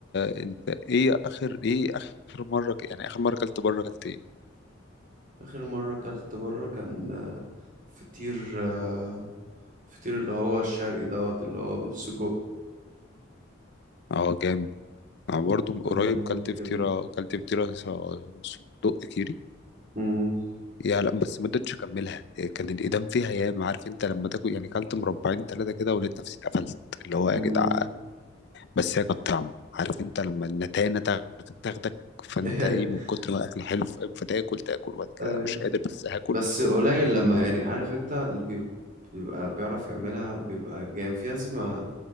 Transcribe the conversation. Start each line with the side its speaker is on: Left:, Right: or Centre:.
Left: أنت إيه آخر إيه آخر مرة ك- يعني آخر مرة كلت بره كلت إيه؟
Right: آخر مرة أكلت بره كان آه، فطير آه، فطير اللي هو الشرقي دوت اللي هو بالسجق
Left: أه جامد أنا برضه من قريب
Right: والجبنة
Left: كلت فطيرة كلت فطيرة ص- صدق كيري
Right: مم،
Left: يا لا بس ما قدرتش اكملها إيه، كان الايدام فيها ياما عارف انت لما تاكل يعني كلت مربعين ثلاثه كده ولقيت نفسي اتقفلت اللي هو يا
Right: مم.
Left: جدع بس هي كانت طعمه عارف انت لما النتانه تاخ- تاخدك فانت
Right: <laughs>
Left: ايه من كتر ما الاكل حلو ف- فتاكل تاكل وبعد كده
Right: آه.
Left: مش قادر بس هاكل
Right: بس قليل لما يعني عارف انت اللي بي- بيبقى بيعرف يعملها بيبقى جامد في ناس ما